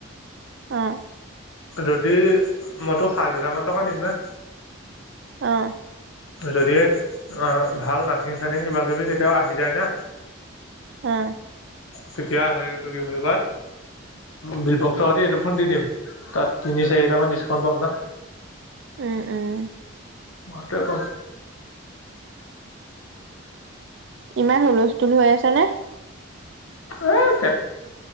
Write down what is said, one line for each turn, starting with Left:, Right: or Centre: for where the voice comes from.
Right: অঁ।
Left: যদি মইতো সাত হেজাৰমান টকা নিম না।
Right: অঁ।
Left: যদি আ ভাল নাথিং-চাথিং কিবা কিবি কেতিয়াও আহি যায় না।
Right: আহ।
Left: তেতিয়া সেই এইটো কি বুলি কয় বিল বক্সৰ সৈতে এইটোফোন দি দিম তাত তিনি চাৰিটামান ডিছকাউণ্ট পাম না।
Right: উম। উম।
Left: তই ক।
Right: ইমান হুলস্থুল হৈ আছে নে।
Left: আহ পে